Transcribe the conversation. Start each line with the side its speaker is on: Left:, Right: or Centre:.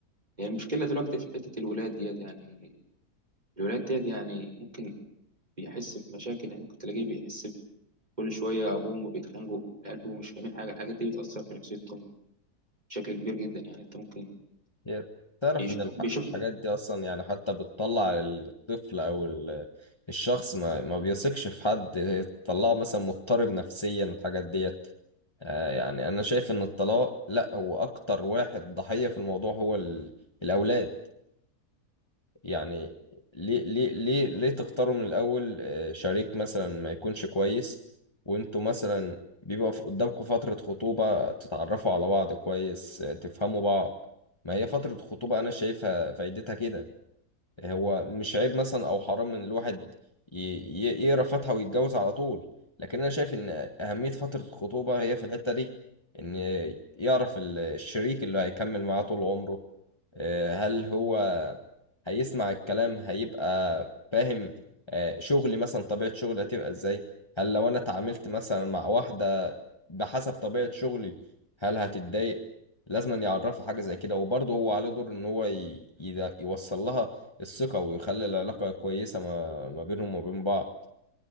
Right: يعني المشكلة دلوقتي في حتة الولاد ديت يعني الولاد ديت يعني ممكن بيحس بمشاكل يعني ممكن تلاقيه بيحس كل شوية أبوهم بيتخانقوا قالوا مش فاهمين حاجة الحاجات دي بتأثر في نفسيتهم بشكل كبير جدا يعني أنت ممكن
Left: هي تعرف
Right: يشوف
Left: إن الح-
Right: بيشوف
Left: الحاجات دي أصلا يعني حتى بتطلع الطفل أو ال- الشخص ما, ما بيثقش في حد هي تطلعه مثلا مضطرب نفسيا الحاجات ديت آه يعني أنا شايف إن الطلاق لأ هو أكتر واحد ضحية في الموضوع هو ال- الأولاد يعني ليه ليه ليه ليه تختاروا من الأول آه، شريك مثلا ما يكونش كويس وانتوا مثلا بيبقى ف- قدامكم فترة خطوبة تتعرفوا على بعض كويس آه، تفهموا بعض ما هي فترة خطوبة أنا شايفها فايدتها كده هو مش عيب مثلا او حرام ان الواحد ي- ي- يقرا فاتحه ويتجوز على طول لكن انا شايف ان اهميه فتره الخطوبه هي في الحته دي ان يعرف ال- الشريك اللي هيكمل معاه طول عمره آه، هل هو هيسمع الكلام هيبقى فاهم آه، شغلي مثلا طبيعه شغلي هتبقى ازاي هل لو انا اتعاملت مثلا مع واحده بحسب طبيعه شغلي هل هتتضايق لازم أن يعرفها حاجه زي كده وبرضه هو عليه دور ان هو ي- يدا- يوصل لها الثقة ويخلي العلاقة كويسة ما, ما بينهم وبين بعض